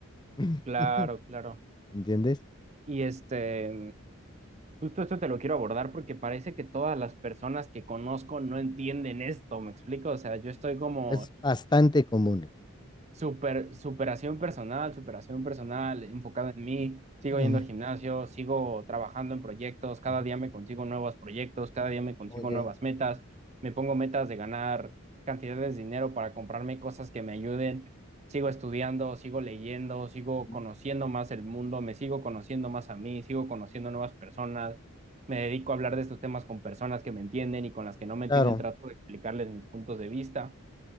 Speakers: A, on the left (about 20°); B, on the right (about 30°).
A: <laughs>
B: claro, claro.
A: ¿Entiendes?
B: Y este. Justo esto te lo quiero abordar porque parece que todas las personas que conozco no entienden esto, ¿me explico? O sea, yo estoy como
A: Es bastante común.
B: super, superación personal, superación personal, enfocado en mí, sigo
A: Ujú,
B: yendo al gimnasio, sigo trabajando en proyectos, cada
A: ujú.
B: día me consigo nuevos proyectos, cada día me consigo
A: Muy bien.
B: nuevas metas, me pongo metas de ganar cantidades de dinero para comprarme cosas que me ayuden, sigo estudiando, sigo leyendo, sigo
A: Ujú.
B: conociendo más el mundo, me sigo conociendo más a mí, sigo conociendo nuevas personas. Me dedico a hablar de estos temas con personas que me entienden y con las que no me
A: Claro.
B: entienden, trato de explicarles mis puntos de vista,